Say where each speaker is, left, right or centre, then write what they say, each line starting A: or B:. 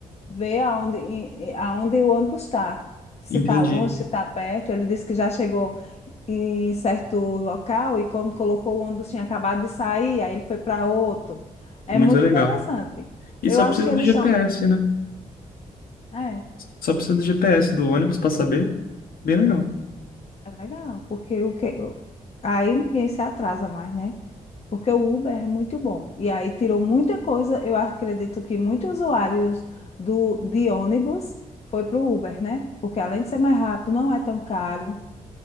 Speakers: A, on the left; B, on the left.
A: vê aonde, em- em- aonde o ônibus está. Se
B: Entendi.
A: está longe, se está perto. Ele disse que já chegou em certo local e quando colocou o ônibus tinha acabado de sair, aí ele foi para outro.
B: Muito
A: É muito
B: legal.
A: interessante.
B: E
A: Eu
B: só
A: acho
B: precisa
A: que eles
B: do GPS,
A: estão.
B: né?
A: É,
B: Só precisa do GPS do ônibus pra saber. Bem legal.
A: é legal, porque o que... aí ninguém se atrasa mais, né? Porque o Uber é muito bom. E aí tirou muita coisa. Eu acredito que muitos usuários do, de ônibus foi para o Uber, né? Porque além de ser mais rápido, não é tão caro